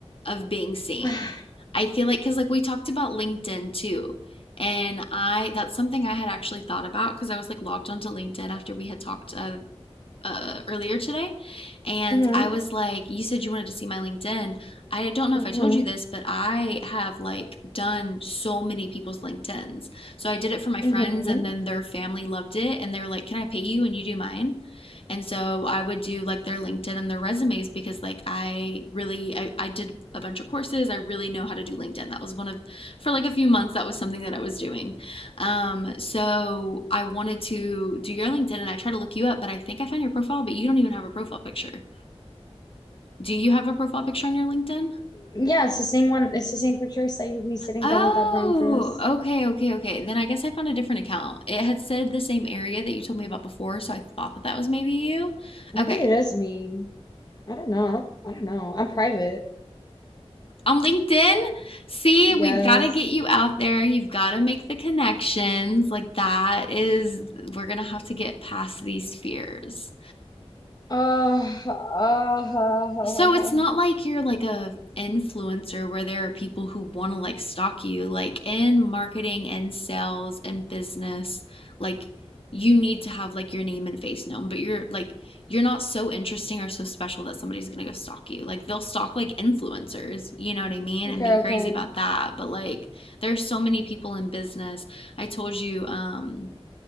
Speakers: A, on the left; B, on the left.
A: of being seen.
B: <sighs>
A: I feel like because like we talked about LinkedIn too. And I, that's something I had actually thought about because I was like logged onto LinkedIn after we had talked uh, uh, earlier today, and
B: hmm
A: I was like, "You said you wanted to see my LinkedIn. I don't know
B: hmm
A: if I told you this, but I have like done so many people's LinkedIn's. So I did it for my friends,
B: hmm
A: and then their family loved it, and they were like, "Can I pay you and you do mine?" And so I would do like their LinkedIn and their resumes because like I really I, I did a bunch of courses. I really know how to do LinkedIn. That was one of for like a few months that was something that I was doing. Um, so I wanted to do your LinkedIn and I tried to look you up, but I think I found your profile, but you don't even have a profile picture. Do you have a profile picture on your LinkedIn?
B: Yeah, it's the same one. It's the same picture I sent you of me sitting
A: Oh,
B: down with that brown dress.
A: okay, okay, okay. Then I guess I found a different account. It had said the same area that you told me about before, so I thought that that was maybe you.
B: Maybe
A: Okay.
B: it is me. I don't know. I don't I don't know. I'm private.
A: On LinkedIn, see,
B: Yes.
A: we've got to get you out there. You've got to make the connections. Like, that is, we're going to have to get past these fears.
B: Uh, uh,
A: So it's not like you're like a influencer where there are people who want to like stalk you like in marketing and sales and business like you need to have like your name and face known but you're like you're not so interesting or so special that somebody's going to go stalk you. Like they'll stalk like influencers, you know what I mean,
B: <laughs> okay,
A: and be crazy
B: okay.
A: about that. But like there's so many people in business. I told you um